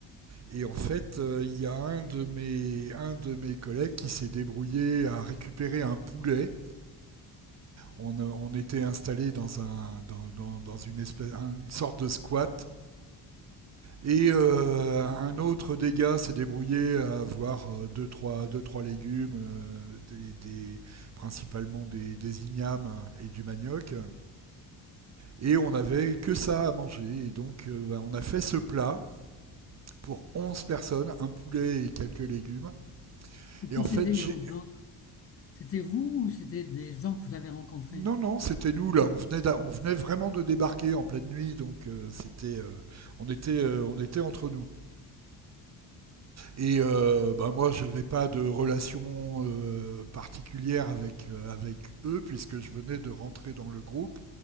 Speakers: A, on the right; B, on the left.
A: Et en fait, euh, il y a un de, mes, un de mes collègues qui s'est débrouillé à récupérer un poulet on, euh, on était installé dans, un, dans, dans, dans une, espèce, une sorte de squat. Et euh, un autre des gars s'est débrouillé à avoir euh, deux, trois, deux, trois légumes, euh, des, des, principalement des, des, ignames et du manioc. Et on n'avait que ça à manger. Et donc euh, bah, on a fait ce plat pour 11 personnes, un poulet et quelques légumes.
B: Et puis,
A: Et en
B: c'était
A: fait,
B: les
A: j'ai...
B: onze autres. C'était vous ou c'était des gens que vous avez rencontrés?
A: non, non, c'était nous là. On venait, on venait vraiment de débarquer en pleine nuit. Donc euh, c'était, euh, on, était, euh, on était entre nous. Et euh, bah, moi, je n'avais pas de relation euh, particulière avec, euh, avec eux, puisque je venais de rentrer dans le groupe